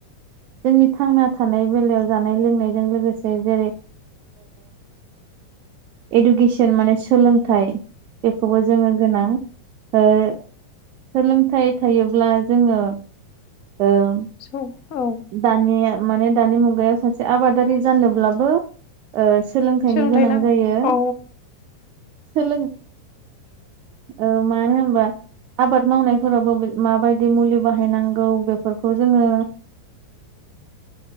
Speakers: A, on the right; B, on the left.
A: जोंनि थांना थानाय बेलायाव जानाय लोंनायजों लोगोसे जेरै इडुकेसन माने सोलोंथाइ बेखौबो जोङो गोनां सोलोंथाइ थायोब्ला जोङो औ
B: औ औ
A: दानिया माने दानि मुगायाव सासे आबादारि जानोब्लाबो ओ सोलोंथाइनि
B: सोलोंथाइ
A: गोनां
B: नांगौ
A: जायो
B: औ
A: सोलों ओ मानो होनबा आबाद मावनायफोरावबो माबायदि मुलि बाहायनांगौ बेफोरखौ जोङो